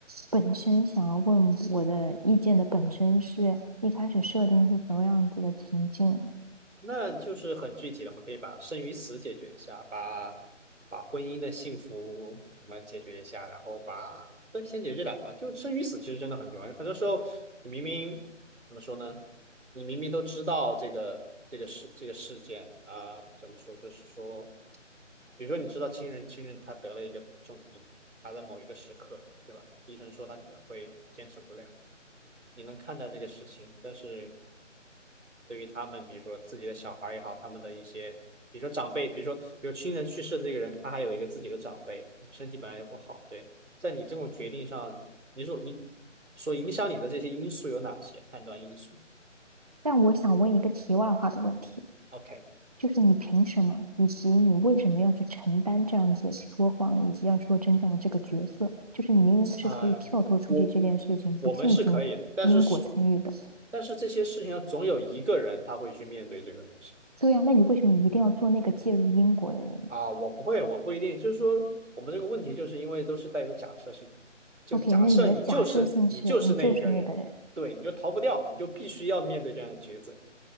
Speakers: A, on the right; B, on the right.
A: 本身，想要问我的意见的本身是一开始设定是什么样子的情境？
B: 那就是很具体的，我们可以把生与死解决一下，把把婚姻的幸福我们解决一下，然后把对先解决这两个吧。就生与死其实真的很重要，很多时候你明明怎么说呢？你明明都知道这个这个事这个事件啊、怎么说？就是说，比如说你知道亲人亲人他得了一个重病，他在某一个时刻，对吧？医生说他可能会坚持不了，你能看待这个事情，但是。对于他们，比如说自己的小孩儿也好，他们的一些，比如说长辈，比如说比如亲人去世的这个人，他还有一个自己的长辈，身体本来就不好，对，在你这种决定上，你说你所影响你的这些因素有哪些判断因素
A: 但我想问一个题外话的问题，
B: ？OK，
A: 就是你凭什么，以及你为什么要去承担这样子说谎以及要说真相的这个角色？就是你明明是可以跳脱出去这件事情，
B: 呃，我我我们是可以的，
A: 不进行因果参与的。
B: 但是是但是这些事情总有一个人他会去面对这个东西。
A: 对呀，那你为什么一定要做那个介入因果的人呢
B: 啊，我不会，我不一定。就是说，我们这个问题就是因为都是带有假设性的，就假设你就是你就是那一个人，
A: ？OK，那你的假设性是你就是那个人。
B: 对，你就逃不掉，你就必须要面对这样的抉择。